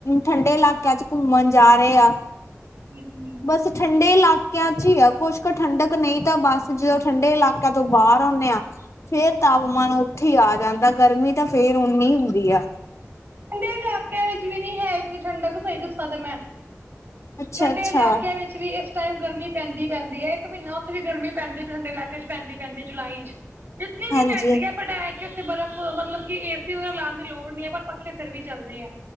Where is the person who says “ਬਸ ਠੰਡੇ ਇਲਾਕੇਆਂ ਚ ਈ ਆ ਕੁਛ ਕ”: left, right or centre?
Left